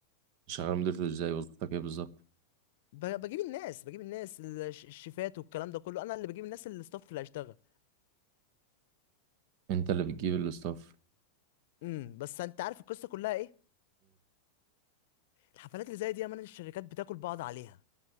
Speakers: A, on the right (about 50°); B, on the left (about 65°).
A: شغال مديرته ازاي وظيفتك ايه بالظبط
B: ب... بجيب الناس بجيب الناس الش- الشيفات والكلام ده كله انا اللي بجيب الناس اللي الستاف اللي هيشتغل
A: انت اللي بتجيب الاستاف
B: امم بس انت عارف القصه كلها ايه الحفلات اللي زي دي يا مان الشركات بتاكل بعض عليها